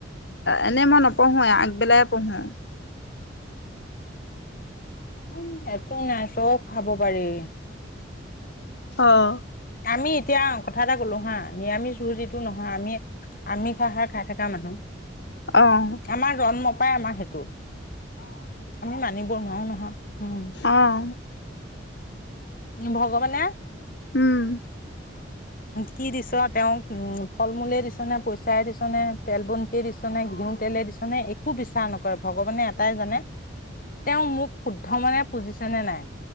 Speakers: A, on the left (about 60°); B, on the left (about 45°).
A: এনেই মই নপঢ়োৱে, আগবেলাই পঢ়ো।
B: উম, একো নাই চব খাব পাৰি
A: অহ
B: তুমি এতিয়া কথা এটা কলো হা, নিৰামিষ ভোজিটো নহয়, আমি খোৱা সাৰ খাই থকা মানুহ।
A: অ',
B: আমাৰ জন্ম পায় আমাৰ সেইটো আমি মানিব নোৱাৰো নহয়। উম
A: অহ
B: ভগৱানে
A: উম
B: কি দিছ তেওঁক উম ফল মূলে দিছ নে পইচাই দিছনে তেল বন্তিয়ে দিছ নে ঘিউ তেলে দিছ নে একো বিচাৰ নকৰে ভগৱানে এটাই জানে তেওঁ মোক শুদ্ধ মানে পুজিছে নে নাই